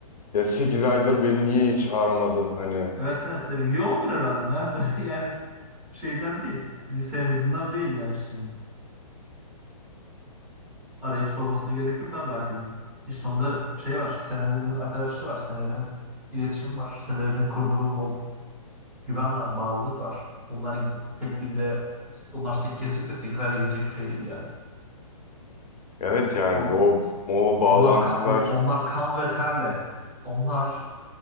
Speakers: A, on the left; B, in the centre.
A: Ya 8 aydır beni niye hiç aramadın hani?
B: Evet evet dedim. Yoğundur herhalde. Nereden? <laughs> yani şeyden değil. Bizi sevmediğinden değil yani sonunda. arayıp sormasına gerek yok abi herkesin. İş sonunda şey var, senelerin arkadaşlığı var, senelerin iletişim var, senelerin kurduğu o güven var, bağlılık var. Onlar tek günde, onlar se- kesinlikle 8 ayda gidecek bir şey değil yani.
A: Evet yani
B: O-
A: o o bağlantılar
B: onlar ka- on- onlar kan ve terle, onlar